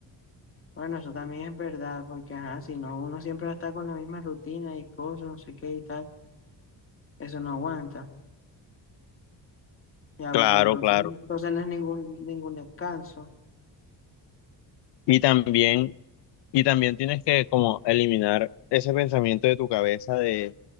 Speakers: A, on the left; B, on the left.
A: Bueno, eso también es verdad, porque ajá, si no, uno siempre va a estar con la misma rutina y cosas, no sé qué y tal, eso no aguanta, ya,
B: Claro,
A: porque entonces,
B: claro.
A: entonces no es ningún, ningún descanso.
B: Y también, y también tienes que como eliminar ese pensamiento de tu cabeza de